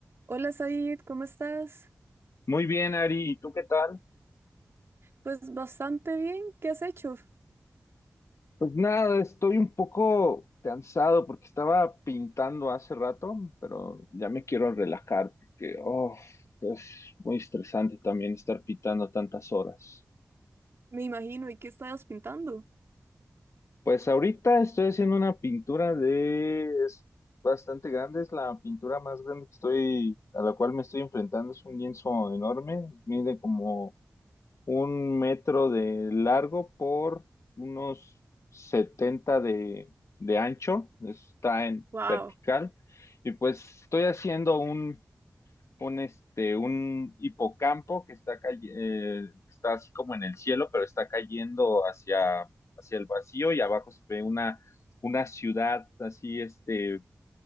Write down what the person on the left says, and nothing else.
Muy bien, Ari, ¿y tú qué tal?
Pues nada, estoy un poco cansado porque estaba pintando hace rato, pero ya me quiero relajar porque oh, es muy estresante también estar pintando tantas horas.
Pues ahorita estoy haciendo una pintura de... es bastante grande, es la pintura más grande que estoy, a la cual me estoy enfrentando, es un lienzo enorme, mide como un metro de largo por unos 70 de, de ancho, está en
vertical, y pues estoy haciendo un, un, este, un hipocampo que está, cay- eh, está así como en el cielo, pero está cayendo hacia, hacia el vacío y abajo se ve una, una ciudad así, este,